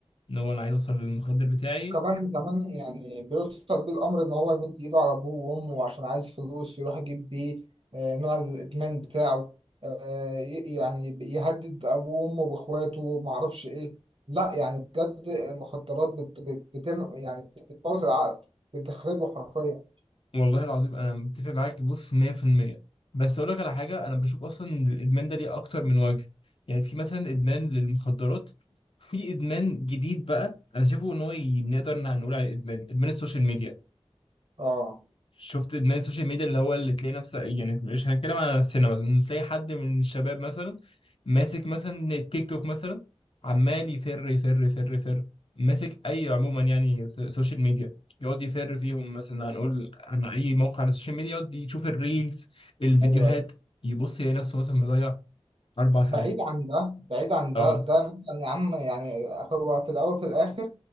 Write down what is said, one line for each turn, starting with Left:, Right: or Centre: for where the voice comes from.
Left: ان هو انا عايز اوصل للمخدر بتاعي
Right: كمان كمان يعني بيوصل بيه الامر ان هو يمد ايده على ابوه وامه عشان عايز فلوس يروح يجيب بيه آه، نوع الادمان بتاعه آه، ي- يعني يهدد ابوه وامه باخواته معرفش ايه لا يعني بجد المخدرات بت بت بتم يعني بتبوظ العقل بتخربه حرفيا
Left: والله العظيم انا متفق معاك بص 100% بس اقول لك على حاجه انا بشوف اصلا إن الادمان ده ليه اكتر من وجه يعني في مثلا ادمان للمخدرات في ادمان جديد بقى انا شايفه ان هو ي- نقدر نع- نقول عليه ادمان ادمان السوشيال ميديا
Right: اه
Left: شفت ان السوشيال ميديا اللي هو اللي تلاقي نفسك يعني مش هنتكلم على نفسنا مثلا تلاقي حد من الشباب مثلا ماسك مثلا التيك توك مثلا عمال يفر يفر يفر يفر ماسك اي عموما يعني س- سوشيال ميديا يقعد يفر فيهم مثلا هنقول عن اي موقع على السوشيال ميديا يقعد يشوف الريلز الفيديوهات
Right: ايوه ايوه
Left: يبص يلاقي نفسه مثلا مضيع اربع
Right: بعيد
Left: ساعات
Right: عن ده بعيد عن
Left: اه
Right: ده ده مثلا يا عم يعني هو في الاول في الاخر